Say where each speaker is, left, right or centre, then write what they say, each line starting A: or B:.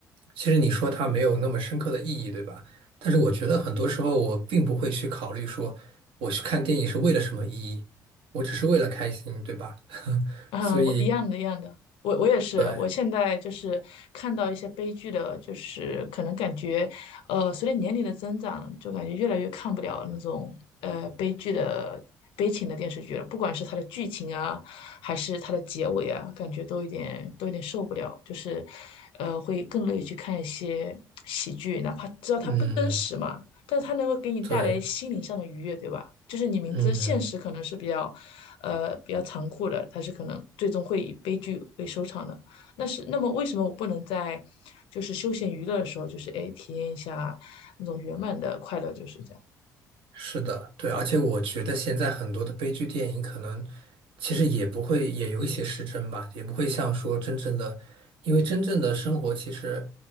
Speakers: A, on the right; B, on the left.
A: 其实你说它没有那么深刻的意义，对吧？但是我觉得很多时候我并不会去考虑说我去看电影是为了什么意义，我只是为了开心，对吧？<laughs>
B: 嗯，
A: 所以，
B: 我一样的，一样的，我我也是，
A: 对，
B: 我现在就是看到一些悲剧的，就是可能感觉，呃，随着年龄的增长，就感觉越来越看不了那种呃悲剧的悲情的电视剧了，不管是它的剧情啊，还是它的结尾啊，感觉都有点都有点受不了，就是，呃，会更乐意去看一些喜剧，哪怕知道它不真实嘛，
A: 嗯，
B: 但是它能够给你带来心灵上的愉悦，
A: 对，
B: 对吧？就是你明知现实可能是比较，
A: 嗯。
B: 呃，比较残酷的，它是可能最终会以悲剧为收场的。那是，那么为什么我不能在就是休闲娱乐的时候，就是哎体验一下那种圆满的快乐，就是这样。
A: 是的，对，而且我觉得现在很多的悲剧电影可能其实也不会，也有一些失真吧，也不会像说真正的，因为真正的生活其实，